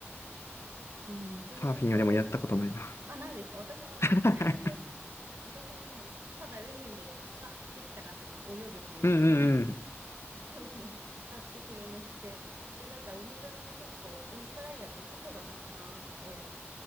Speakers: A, on the right (about 60°); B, on the left (about 65°).
A: うん。で、海沿い、
B: サーフィンはでもやったことないな。
A: あ、ないですか私もないです。
B: <laughs>
A: <laughs> 私もない。ただ海で使ってきた感じです。泳ぐというよりも。
B: うんうんうん。
A: <laughs> 使って昼寝して。で、なんか海沿いに結構、オーストラリアってカフェがたくさんあって、